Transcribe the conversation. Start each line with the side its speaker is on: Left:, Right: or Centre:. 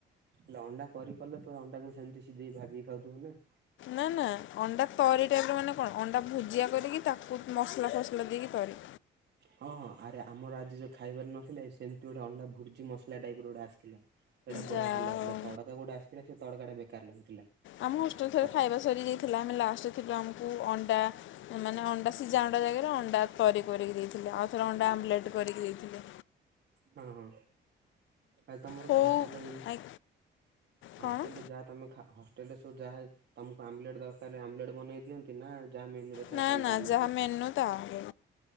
Right: ହେଲେ ଅଣ୍ଡା କରି କଲେ ତ ଅଣ୍ଡାକୁ ସେମିତି ସିଝେଇ ଭାଜିକି ଖାଉଥିବ ନା
Left: ନା ନା ଅଣ୍ଡା କରି ଟାଇପରେ ମାନେ କଣ ଅଣ୍ଡା ଭୋଜିଆ କରିକି ତାକୁ ମସଲା ଫସଲା ଦେଇକି କରେ
Right: ହଁ ହଁ ଆରେ ଆମର ଆଜି ଯୋଉ ଖାଇବାର ନଥିଲେ, ସେମିତି ଗୋଟେ ଅଣ୍ଡା ଭୋର୍ଜି ମସଲା ଟାଇପର ଗୋଟେ ଆସିଥିଲା। ସେଇଟା ବଢିଆ
Left: ଯାହା
Right: ଭଲ ଲାଗୁଥିଲା
Left: ହଉ
Right: ତଡକା ଗୋଟେ ଆସିଥିଲା ସେ ତଡକା ଟା ବେକାର ଲାଗୁଥିଲା
Left: ଆମ ହୋଷ୍ଟେଲ ଥରେ
Right: ତ
Left: ଖାଇବା ସରି ଯାଇଥିଲା ଆମେ ଲାଷ୍ଟ ରେ ଥିଲୁ ଆମକୁ ଅଣ୍ଡା ମାନେ ଅଣ୍ଡା ସିଝା ଅଣ୍ଡା ଜାଗାରେ ଅଣ୍ଡା ତରି କରିକି ଦେଇଥିଲେ ଆଉଥରେ ଅଣ୍ଡା ଆମ୍ଲେଟ୍ କରିକି ଦେଇଥିଲେ।
Right: ହଁ ହଁ ଆଉ ତମର
Left: ହଉ
Right: ସ ହଷ୍ଟେଲରେ ହିଁ
Left: ଆଇ କଣ?
Right: ହଷ୍ଟେଲରେ ଯାହା ତମେ ଖା ହଷ୍ଟେଲରେ ସବୁ ଏ ଯାହା ତମକୁ ଆମଲେଟ୍ ଦରକାର ଆମଲେଟ ବନେଇ ଦିଆନ୍ତି ନା ଯାହା ମେନୁରେ ଥା
Left: ନା
Right: ତମେ
Left: ନା
Right: ତା ମାଗିବାକୁ
Left: ଯାହା ମେନୁ ତାହା